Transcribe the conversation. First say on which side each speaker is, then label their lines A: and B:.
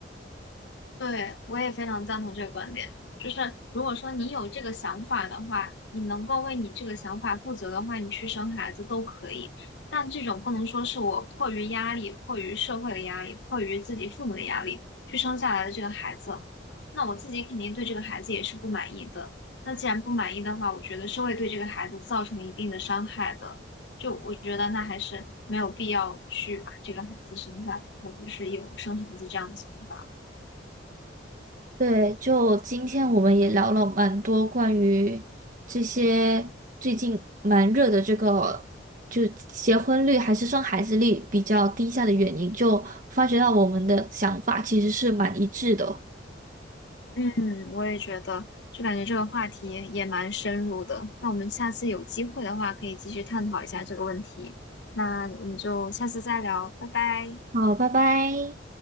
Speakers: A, on the left; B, on the right.
A: 对，我也非常赞同这个观点。就是如果说你有这个想法的话，你能够为你这个想法负责的话，你去生孩子都可以。但这种不能说是我迫于压力、迫于社会的压力、迫于自己父母的压力去生下来的这个孩子，那我自己肯定对这个孩子也是不满意的。那既然不满意的话，我觉得是会对这个孩子造成一定的伤害的。就我觉得那还是没有必要去把这个孩子生下来，我就是有生孩子这样的想法。
B: 对，就今天我们也聊了蛮多关于这些最近蛮热的这个，就结婚率还是生孩子率比较低下的原因，就发觉到我们的想法其实是蛮一致的哦。
A: 嗯，我也觉得，就感觉这个话题也蛮深入的。那我们下次有机会的话，可以继续探讨一下这个问题。那我们就下次再聊，拜拜。
B: 好，拜拜。